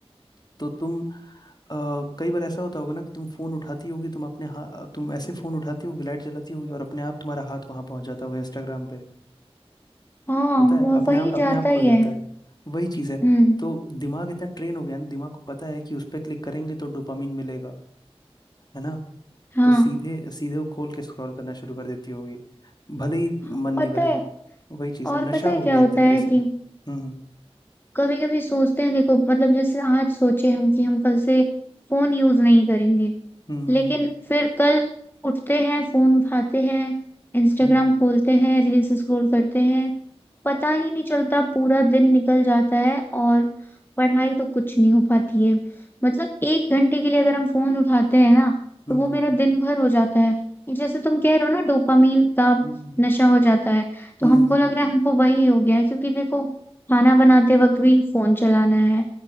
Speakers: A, on the left (about 40°); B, on the left (about 20°).
A: तो तुम अ, कई बार ऐसा होता होगा ना कि तुम फोन उठाती होगी तुम अपने हाथ तुम ऐसे फोन उठाती होगी लाइट जलाती होगी और अपने आप तुम्हारा हाथ वहां पहुंच जाता होगा इंस्टाग्राम पे।
B: हाँ
A: होता
B: वह-
A: है अपने
B: वही
A: आप अपने
B: जाता
A: आप खुल
B: ही
A: जाता
B: है
A: है वही चीज़ है
B: हम्म
A: तो दिमाग इतना ट्रेन हो गया ना दिमाग को पता है कि उस पर क्लिक करेंगे तो डोपामिन मिलेगा है ना
B: हाँ
A: तो सीधे सीधे वो खोल के स्क्रॉल करना शुरू कर देती होगी भले ही
B: हाँ,
A: मन नहीं
B: पता
A: करे
B: है
A: वही चीज़
B: और
A: है नशा
B: पता
A: हो
B: है क्या
A: गया
B: होता
A: एक तरीके
B: है
A: से हम्म
B: कि कभी कभी सोचते हैं देखो मतलब जैसे आज सोचे हम कि हम कल से फोन यूज नहीं करेंगे
A: हम्म
B: लेकिन
A: हम्म
B: फिर कल उठते हैं फोन उठाते हैं इंस्टाग्राम
A: हम्म
B: खोलते हैं रील्स स्क्रॉल करते हैं पता ही नहीं चलता पूरा दिन निकल जाता है और पढ़ाई तो कुछ नहीं हो पाती है मतलब एक घंटे के लिए अगर हम फोन उठाते हैं ना
A: हम्म
B: तो वो मेरा दिन भर हो जाता है जैसे तुम कह रहे हो ना डोपामीन का
A: हम्म
B: नशा हो जाता है तो
A: हम्म
B: हमको
A: हम्म हम्म,
B: लग
A: हम्म,
B: रहा है हमको वही हो गया है क्योंकि देखो खाना बनाते वक्त भी फोन चलाना है